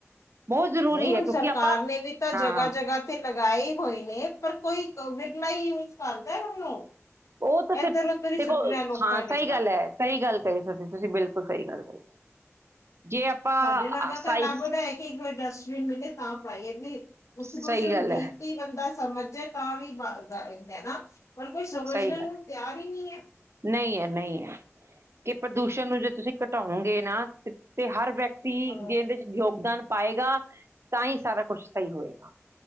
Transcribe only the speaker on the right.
ਬਹੁਤ ਜ਼ਰੂਰੀ
ਹੈ ਕਿਉਂਕਿ
ਆਪਾਂ
ਹਾਂ
ਹਾਂ
ਉਹ ਤਾਂ ਫਿਰ
ਦੇਖੋ
ਹਾਂ
ਸਹੀ
ਗੱਲ ਹੈ। ਸਹੀ ਗੱਲ ਕਹੀ ਤੁਸੀਂ ਤੁਸੀਂ ਬਿਲਕੁਲ ਸਹੀ ਗੱਲ ਕਹੀ ਜੇ। ਆਪਾਂ
ਸਹੀ
ਸਹੀ
ਗੱਲ
ਹੈ
ਸਹੀ ਗੱਲ
ਨਹੀਂ ਹੈ, ਨਹੀਂ ਹੈ, ਕਿ ਪ੍ਰਦੂਸ਼ਣ ਨੂੰ ਜੇ ਤੁਸੀਂ ਘਟਾਓਗੇ ਨਾ ਤੇ ਹਰ ਵਿਅਕਤੀ।
ਵਿਅਕਤੀ ਇਹਦੇ 'ਚ ਯੋਗਦਾਨ ਪਾਏਗਾ ਤਾਂ ਹੀ ਸਾਰਾ ਕੁਛ ਸਹੀ ਹੋਏਗਾ।